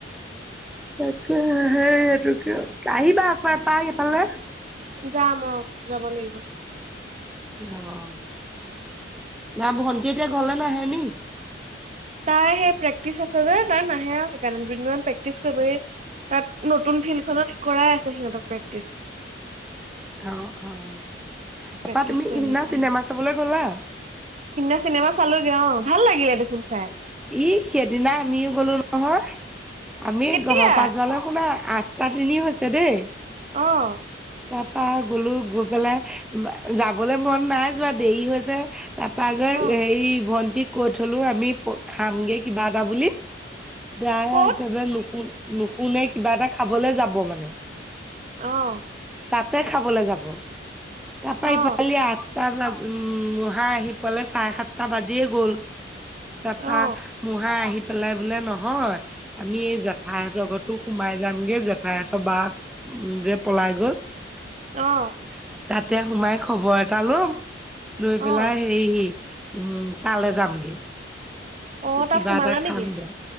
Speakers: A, in the centre; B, on the right.
A: তাকেহে সেই এইটো কিয় আহিবা আকৌ এপাক এফালে।
B: যাম অ যাব লাগিব।
A: অ', না ভণ্টি এতিয়া ঘৰলে নাহে নি?
B: তাই সেই প্ৰেক্টিচ আছে যে তাই নাহে আৰু সেইকাৰণে দুদিনমান প্ৰেক্টিচ কৰিবহি। তাত নতুন ফিল্ডখনত কৰাই আছে সিহঁতক প্ৰেক্টিচ।
A: অ', অ', তাপা
B: প্ৰেক্টিচ
A: তুমি
B: কৰি
A: সিদনা
B: মেলি
A: চিনেমা
B: আহিব
A: চাবলৈ গলা?
B: সিদিনা চিনেমা চালোগে অ' ভাল লাগিলে দেখোন চাই।
A: ই সেইদিনা আমিও গলো নহয় আমি
B: কেতিয়া
A: ঘৰৰ পা যোৱালে আপোনাৰ আঠটা তিনি হৈছে দেই।
B: অ'
A: তাৰ পৰা গ'লো গৈ পেলাই যাবলৈ মন নাই যোৱা দেৰি হৈ যে তাৰপা যে
B: অ
A: হেৰি ভন্টিক কৈ থলো আমি খামগে কিবা এটা বুলি।
B: <inaudible>
A: যাই
B: ক'ত
A: একেবাৰে নুশুন নুশুনে কিবা এটা খাবলে যাব মানে।
B: অ।
A: তাতে খাবলৈ যাব তাৰাপা
B: অ
A: ইফালি সটা ব উম মহা আহি পালে চাৰে সাতটা বাজিয়ে গ'ল তাৰপা
B: অ
A: মহাই আহি পেলাই বোলে নহয় আমি এই জেঠাই হঁতৰ সোমাই যামগে জেঠাই হঁতৰ বা উম যে পলাই গল। <unintelligible>
B: অ।
A: তাতে সোমাই খবৰ এটা লম। লৈ পেলাই
B: অ
A: হেৰি উম তালে যামগে।
B: অ তাত
A: কিবা
B: সোমালা
A: এটা
B: নেকি
A: খাম দিয়া